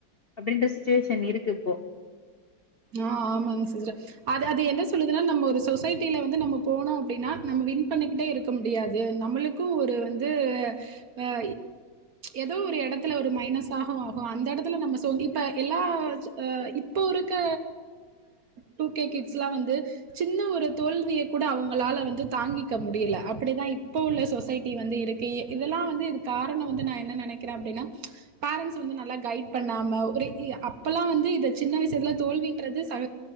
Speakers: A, on the left (about 45°); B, on the right (about 55°).
A: அப்டின்ற சிச்சுவேஷன் இருக்கு இப்போ
B: ஆ ஆமாங்க சிஸ்டர் அது அது என்ன சொல்லுதுன்னா நம்ம ஒரு சொசைட்டில வந்து நம்ம போனோ அப்டின்னா நம்ம வின் பண்ணிக்கிட்டே இருக்க முடியாது நம்மளுக்கு ஒரு வந்து அ ஏதோ ஒரு எடத்துல ஒரு மைனஸ் ஆகு ஆகும் அந்த எடத்துல நம்ம இப்ப எல்லா இப்ப ஒரு க்க டூகே கிட்ஸ் எல்லா வந்து சின்ன ஒரு தோல்விய கூட அவங்களால வந்து தாங்கிக்க முடியல அப்டிதா இப்ப உள்ள சொசைட்டி வந்து இருக்கு இதெல்லா வந்து இது காரணம் வந்து நா என்ன நெனைக்கிறே அப்டின்னா பேரண்ட்ஸ் வந்து நல்லா கைட் பண்ணாம ஒரு அப்பெல்லா வந்து இத சின்ன விசயத்துல தோல்வின்றது சக